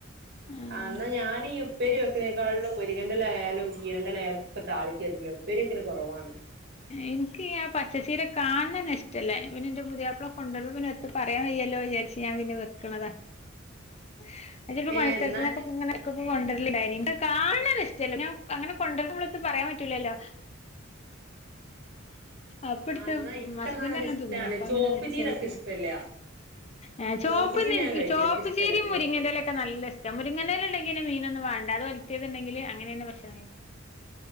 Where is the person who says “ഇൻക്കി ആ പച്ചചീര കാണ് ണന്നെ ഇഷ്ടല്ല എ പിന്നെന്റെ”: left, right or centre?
Left